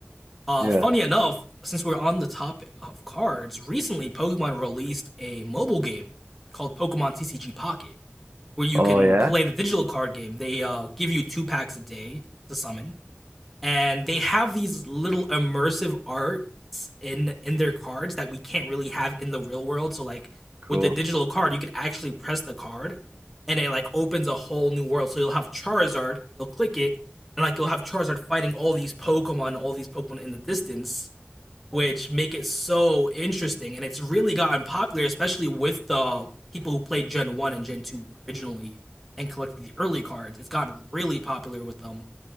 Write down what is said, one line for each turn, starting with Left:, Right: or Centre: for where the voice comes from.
Centre: Uh,
Right: yeah.
Centre: funny enough, since we're on the topic of cards, recently Pokemon released a mobile game called Pokemon TCG Pocket, where you
Right: Oh
Centre: can
Right: yeah,
Centre: play the digital card game. They uh, give you two packs a day to summon, and they have these little immersive arts in in their cards that we can't really have in the real world so like
Right: cool.
Centre: with the digital card you can actually press the card and it like opens a whole new world so you'll have charizard you'll click it and like you'll have charizard fighting all these pokemon all these pokemon in the distance which make it so interesting and it's really gotten popular especially with the people who played gen 1 and gen 2 originally and collected the early cards it's gotten really popular with them